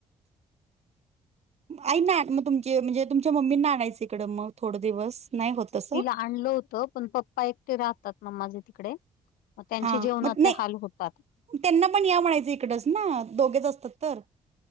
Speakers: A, on the right; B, on the left.
A: आई ना.... मग तुमचे म्हणजे तुमच्या मम्मी ना आणयचं इकडं मग थोडं दिवस नाही होत तसं
B: तिला आणलं होत पण पप्पा एकटे राहतात ना माझे तिकडे मग त्यांचे
A: हा
B: जेवणाचे
A: मग नाही
B: हाल होतात.
A: त्यांना पण या म्हणायचं इकडच ना दोघेच असतात तर